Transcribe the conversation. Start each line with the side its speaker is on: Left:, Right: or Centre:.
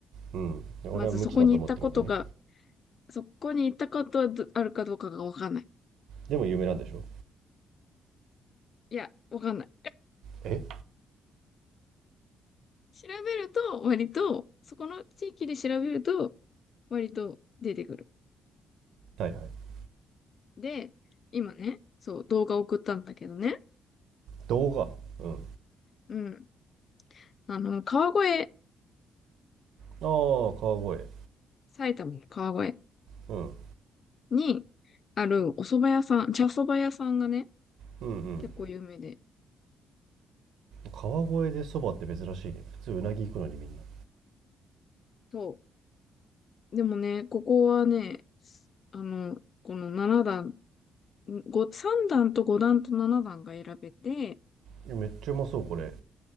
Right: うん。俺は無知だと思ってるわけね。
Left: まずそこに行ったことが、そこに行ったことはどあるかどうかがわかんない。
Right: でも有名なんでしょ
Left: いや、わかんない。
Right: え
Left: 調べると、割と、そこの地域で調べると、割と出てくる。
Right: はいはい
Left: で、今ね、そう、動画送ったんだけどね。
Right: 動画うんあ
Left: うん。あの、川越、
Right: あ川越、
Left: 埼玉の川越
Right: うん、うん
Left: にあるお蕎麦屋さん、茶蕎麦屋さんがね、
Right: うん
Left: 結構有名で。
Right: 川越でそばって珍しいね普通うなぎ行くのにみんな
Left: そう。でもね、ここはね、あの、この7段、ご3段と5段と7段が選べて、
Right: いやめっちゃうまそうこれ